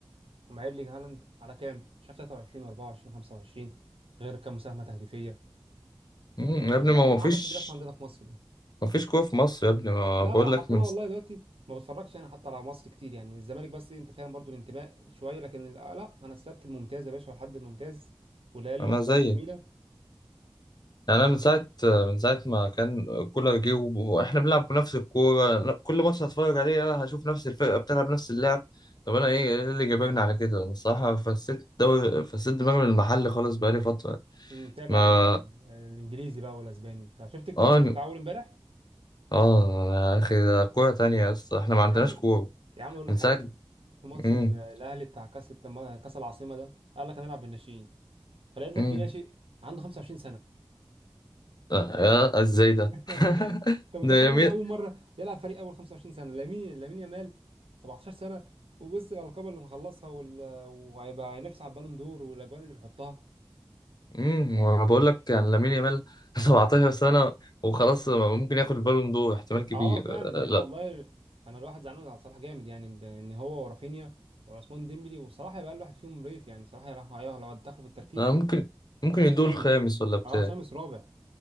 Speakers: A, on the right; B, on the left.
A: ومع ايرلينج هالاند على كام؟ مش عارف 23 و24 و25 غير كام مساهمه تهديفيه
B: مم، يا ابني
A: ايه ده
B: ما
A: يعني
B: ما
A: العبث
B: فيش
A: اللي بيحصل عندنا في مصر ده
B: ما فيش قوة في مصر يا ابني ما
A: لا
B: بقول
A: لا حتى
B: لك من
A: انا والله
B: س-
A: دلوقتي ما بتفرجش انا حتى على مصر كتير يعني الزمالك بس إيه، انت فاهم برضو الانتماء شويه لكن ال- آه لا انا السبت الممتاز يا باشا والحد الممتاز وليالي
B: انا
A: الابطال
B: زيك
A: الجميله
B: يعني انا من ساعة من ساعة ما كان كولر جه وب- واحنا بنلعب بنفس الكورة لا، كل ماتش هتفرج عليه انا هشوف نفس الفرقة بتلعب نفس اللعب طب انا ايه إيه اللي جابرني على كده انا الصراحة فسيت الدوري فسيت دماغي من المحل خالص بقالي فترة
A: مم، متابع
B: ما
A: ال- الانجليزي بقى والاسباني انت شفت الكلاسيكو
B: اه
A: بتاع اول امبارح
B: اه يا اخي ده كورة تانية يا اسطى احنا ما عندناش
A: يا عم
B: كورة
A: يا عم اقول لك
B: من
A: حاجه
B: ساعة
A: في ماتش
B: امم
A: ال- الاهلي بتاع كاس لما كاس العاصمه ده قال لك هنلعب بالناشئين فلقيت لك
B: امم
A: في ناشئ عنده 25
B: آه، يا ازاي ده
A: <laughs>
B: <laughs>
A: انت متخيل
B: ده يمين
A: اول مره يلعب فريق اول 25 سنه لامين لامين يامال 17 سنه وبص الالقاب اللي مخلصها وال... وهيبقى هينافس على البالون دور والاجوان اللي بيحطها
B: امم وانا بقول لك يعني لامين يامال <laughs> 17 سنه وخلاص ممكن ياخد البالون دور احتمال كبير
A: اه فعلا يعني
B: آه، لا
A: والله انا الواحد زعلان على صلاح جامد يعني ان هو ورافينيا وعثمان ديمبلي وصلاح هيبقى اقل واحد فيهم ريت يعني صلاح راح لو دخل في الترتيب
B: آه، ممكن ممكن
A: اخد
B: يدور
A: خامس
B: الخامس ولا بتاع
A: اه خامس رابع